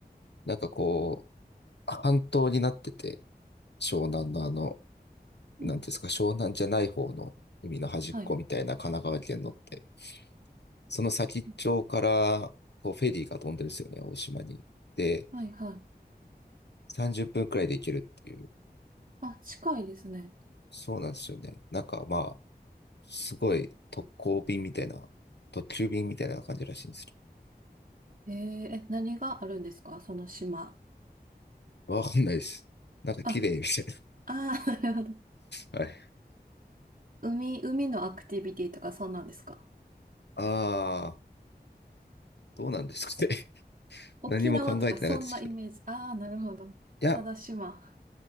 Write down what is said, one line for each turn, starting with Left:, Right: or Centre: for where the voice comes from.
Left: なんかこう、半島になってて、湘南のあの、
Right: うん、
Left: なんていうんですか、湘南じゃない方の海の端っこみたいな神奈川県のって、
Right: はい。
Left: その先っちょから、
Right: うん
Left: こう、フェリーが飛んでるんですよね、大島に。で、
Right: はいはい。
Left: 30分くらいで行けるっていう。
Right: あ、近いですね。
Left: そうなんですよね。なんかまあ、すごい特攻便みたいな、特急便みたいな感じらしいんですけ
Right: えーえ、何があるんですかその島。
Left: ど。わかんないです。なんか綺麗みたい
Right: あ、ああ、<laughs> なるほど。
Left: な。<laughs> はい。
Right: 海、海のアクティビティとかそんなんですか
Left: あどうなんですかね。<laughs>
Right: 沖縄とかそんなイメージ。
Left: 何も考えてなかったですけど。
Right: ああ、なるほど。
Left: いや、
Right: ただ島。